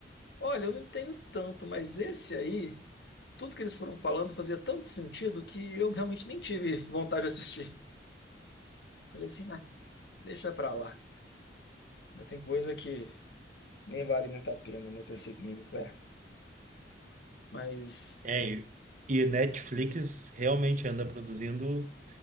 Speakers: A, on the left; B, on the right.
A: Olha, eu não tenho tanto, mas esse aí, tudo que eles foram falando fazia tanto sentido que eu realmente nem tive <laughs> vontade de assistir. Falei assim, ah, deixa pra lá. Mas Tem coisa que nem vale muito a pena, né? Pensei comigo, falei, ah, mas
B: É, e e Netflix realmente anda produzindo,